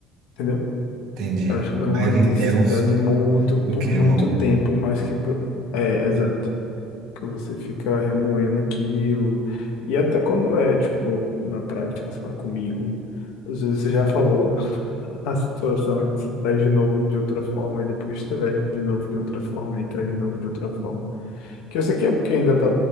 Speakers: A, on the left (about 80°); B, on the right (about 60°).
A: entendeu?
B: Entendi.
A: Eu acho que não
B: Mais
A: é uma
B: intenso
A: intensidade muito
B: do
A: por
B: que
A: muito
B: longo.
A: tempo, mas que vo- é, exato, que você fica remoendo aquilo. E até quando é, tipo, na prática, sei lá, comigo, às vezes você já falou <laughs> a situação e você traz de novo de outra forma, e depois traz de novo de outra forma, e traz de novo de outra forma. Que eu sei que é porque ainda tá,